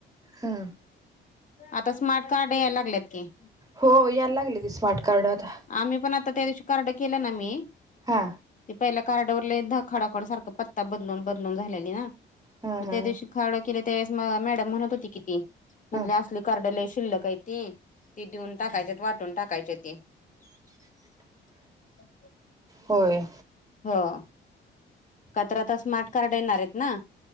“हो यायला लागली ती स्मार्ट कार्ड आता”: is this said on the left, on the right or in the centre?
Right